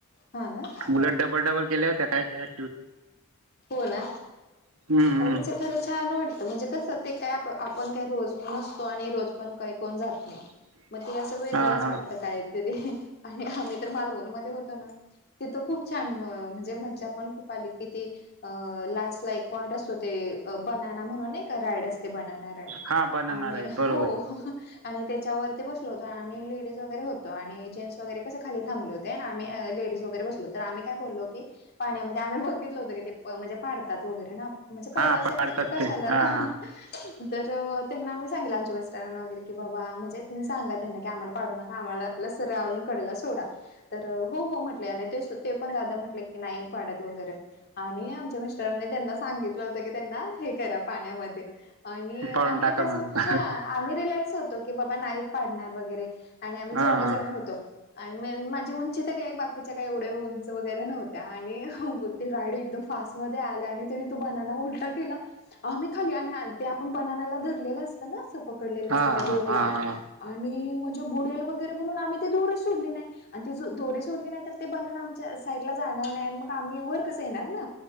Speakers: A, on the left (about 45°); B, on the right (about 90°).
A: हो ना.
B: डलट डबल डबल केले, होते काय त्यात.
A: हो ना
B: हम्म हम्म
A: आव चे खरं छान वाटतं म्हणजे कसं ते काय आप आपण काही रोज असं नसतो, आणि रोज पण काही कोण जात नाही.
B: <inaudible>
A: मग ते असं वेगळंच
B: हा हा
A: वाटत काहीतरी आणि, आम्ही तर मालवणमध्ये होतो ना. तिथं खूप छान म्हणजे मज्जा पण खूप आली कि ती अ लास्ट ला एक पॉईंट असतो ते बनाना म्हणून नाही का रायीड असते बनाना रायीड.
B: हा बनाना
A: आणी
B: राईट बरोबर
A: हो आणि त्याच्यावरती बसलो होतो आम्ही लेडीज वगैरे होतो आणि जेंट्स वगैरे कसे खाली थांबले होते. तिथे आहे ना आम्ही लेडीज वगैरे बसलो होतो, तर आम्ही काय बोललो की पाण्यामध्ये आम्ही बघितलं होत की ते म्हणजे पाडतात वगैरे ना म्हणजे पवताच
B: हा पाडतात
A: येत नाही तर कशाला
B: ते
A: ना‌.
B: <unintelligible>
A: त्याच्यावर त्यांना आमी सांगितलं आमच्या मिस्टरांना वगैरे की बाबा म्हणजे तुमी सांगा त्यांना की आमाला पाडू नका आमाला म्हणल सरळ कडेला आणून सोडा तर हो हो म्हटले आणि ते ते पण दादा म्हटले की नाई पाडत वगैरे आणि आमच्या मिस्टरांनी त्यांना सांगितलं होतं की त्यांना हे करा पाण्यामध्ये आणि आम्ही
B: पाडून टाका
A: कस
B: मग
A: हा आम्ही रिलॅक्स होतो की बाबा नाहीत पाडणार वगैरे आणि आम्ही चौघीजण
B: हा
A: होतो आणि मग माझी उंची तरी आहे का बाकीच्या काय एवढे उंच वगैरे न्हव आणि हं ते रायीड एकदम फास्ट मध्ये आले आणि त्याने तो बनाना उलटा केला. आम्ही खाली आणि आणि ते आपण बनानाला धरलेलं असतं ना असं पकडलेलं
B: हा
A: असतं त्या
B: हा
A: दोरला.
B: हा हा
A: आणि म्हणजे बुडेल वगैरे म्हणून आम्ही ते दोरीच सोडली नाय. आणि ती जो दोरी सोडली नाय तर ते बनाना आमच्या साईटला जा मग आम्ही वर कस येणार ना